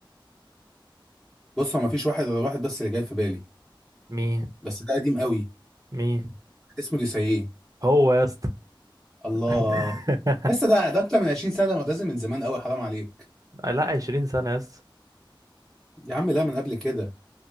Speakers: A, in the centre; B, on the right.
A: بص هو مفيش واحد غير واحد بس اللي جاي في بالي
B: مين
A: بس ده قديم قوي
B: مين
A: واحد اسمه ديساييه
B: هو يا اسطى
A: الله
B: <laughs>
A: لسه ده ده اكتر من 20 سنة ده معتزل من زمان قوي حرام عليك
B: لا 20 سنة يا اسطى
A: يا عم لا من قبل كده